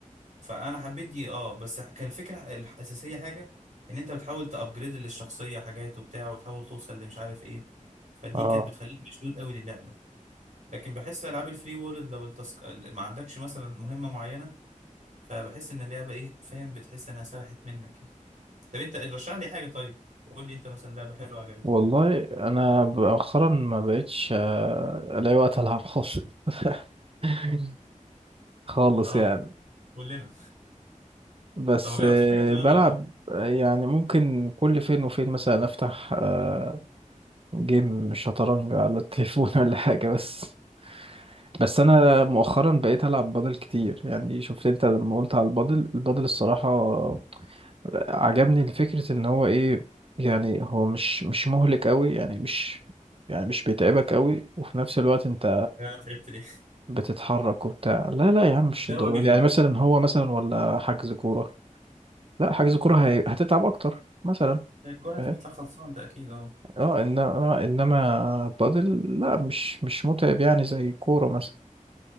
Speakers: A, on the right (about 65°); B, on the right (about 45°).
A: فانا حبيت دي اه بس كان الفكره الاساسيه حاجه ان انت بتحاول تابجريد للشخصيه حاجات وبتاع وتحاول توصل لمش عارف ايه فدي
B: اه
A: كانت بتخليك مشدود قوي للعبه لكن بحس العاب الفري وورلد لو التسك... ما عندكش مثلا مهمه معينه فبحس ان اللعبه ايه فاهم بتحس انها سرحت منك كده طب انت رشح لي حاجه طيب قول لي انت مثلا لعبه حلوه عجبتك
B: والله انا مؤخرا ما بقتش آه، الاقي وقت العب خالص <laughs> خالص
A: اه
B: يعني
A: كلنا
B: بس
A: طب ما جربتش
B: آه،
A: حاجه زمان
B: بلعب
A: ولا
B: آه، يعني ممكن كل فين وفين مثلا افتح آه، جيم شطرنج على التليفون <laughs> ولا حاجة بس بس انا مؤخرا بقيت العب بادل كتير يعني شفت انت لما قلت على البادل البادل الصراحة آه، عجبني فكرة ان هو ايه يعني هو مش مش مهلك قوي يعني مش يعني مش بيتعبك قوي وفي نفس الوقت انت
A: ايه انا تعبت ليه <laughs>
B: بتتحرك وبتاع لا لا يا عم مش
A: لا
B: الدرجة
A: هو جميل
B: دي يعني مثلا هو مثلا ولا حجز كورة لا حجز كورة هي- هتتعب اكتر مثلا
A: الكوره انت
B: فاهم
A: بتطلع خلصان ده اكيد اه
B: اه انما انما بادل لا مش مش متعب يعني زي كورة مثلا